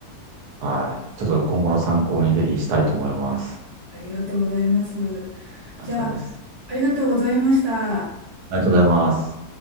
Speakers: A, on the right (about 80°); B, on the right (about 25°).
A: はい。ちょっと今後の参考にぜひしたいと思います。
B: あありがとうございます。
A: ありがとうございます。
B: じゃあ、ありがとうございました。
A: ありがとうございます。